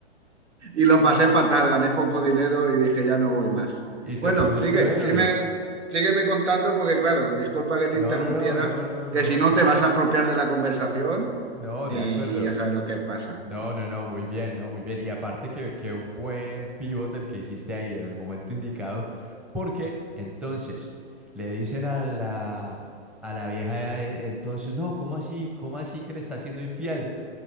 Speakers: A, on the right (about 85°); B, in the centre.
A: Y lo pasé fatal, gané poco dinero y dije, ya no voy más.
B: ¿Y te
A: Bueno,
B: pudiste
A: sigue,
B: ver
A: sí
B: o no?
A: me- sígueme contando porque, claro, disculpa que te
B: No,
A: interrumpiera,
B: no, no, no, no, no,
A: que si no
B: no.
A: te vas a apropiar de la conversación
B: No,
A: y
B: de acuerdo.
A: ya sabes lo que pasa.
B: No, no, no, muy bien, no, muy bien. Y aparte que qué buen pivote el que hiciste ahí en el momento indicado, porque entonces le dicen a la a la vieja eh, entonces, no, ¿cómo así? ¿Cómo así que le está siendo infiel?